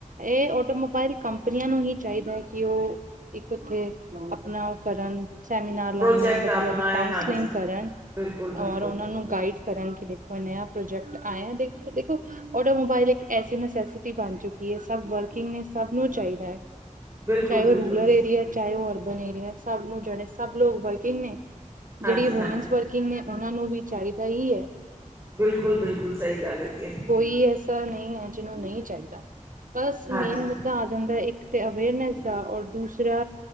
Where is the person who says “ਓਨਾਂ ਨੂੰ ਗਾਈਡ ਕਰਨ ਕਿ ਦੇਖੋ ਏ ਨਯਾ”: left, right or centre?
Right